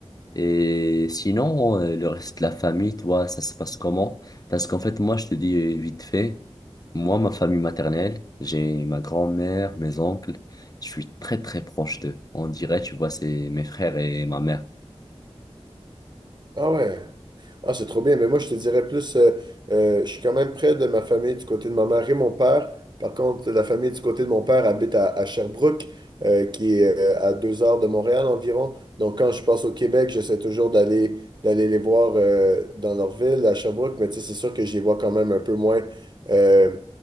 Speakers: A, on the left; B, on the right.
A: Et sinon, euh, le reste de la famille, toi, ça se passe comment? Parce qu'en fait, moi, je te dis euh, vite fait, moi, ma famille maternelle, j'ai ma grand-mère, mes oncles, je suis très, très proche d'eux. On dirait, tu vois, c'est mes frères et ma mère.
B: Ah ouais. Ah, c'est trop bien, mais moi, je te dirais plus, euh, euh, je suis quand même près de ma famille du côté de ma mère et mon père. Par contre, la famille du côté de mon père habite à, à Sherbrooke, euh, qui est euh, à deux heures de Montréal environ. Donc, quand je passe au Québec, j'essaie toujours d'aller d'aller les voir euh, dans leur ville, à Sherbrooke, mais tu sais, c'est sûr que je les vois quand même un peu moins. Euh,